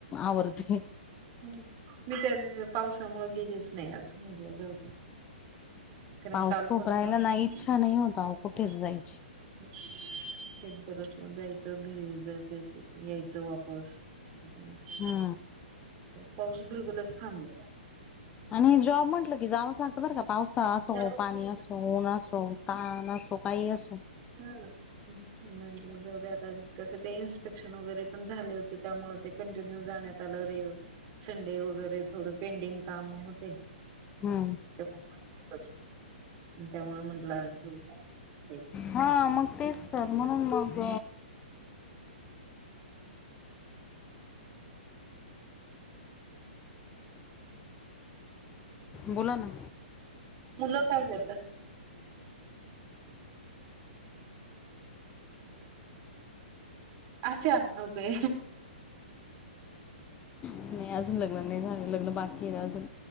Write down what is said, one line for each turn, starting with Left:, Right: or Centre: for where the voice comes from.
Left: आवरते.
Right: मी त्या पावसामुळे गेलीच नाही आज, म्हटलं जाऊदे. कारण
Left: पाऊस
Right: कालपण
Left: खूप राहिला
Right: <inaudible> <inaudible> <unintelligible>
Left: ना इच्छा नाही होत अहो कुठेच जायची.
Right: जायचं, भिजायचं, तिथंन यायचं वापस <inaudible>
Left: हा.
Right: पाऊस <unintelligible> थांबलेला.
Left: आणि जॉब म्हटलं की जाव लागतं बरं का पावसाळा असो,
Right: त्यावेळेस.
Left: पाणी असो, ऊन असो, ताण असो, काहीही असो
Right: हम्म. म्हंटलं जाऊदे आता, कस ते इनस्पेक्शन वगैरे पण झाले होते, त्यामुळे ते कंटिन्यू जाण्यात त्याला रे संडे वगैरे थोड पेंडिंग काम होते
Left: हा.
Right: <unintelligible> त्यामुळे म्हटलं आज दे.
Left: हा मग तेच तर, म्हणून मग बोला ना.
Right: मुलं काय करतात? अच्छा, ओके.
Left: नाही अजून लग्न नाही झाले, लग्न बाकी आहे अजून.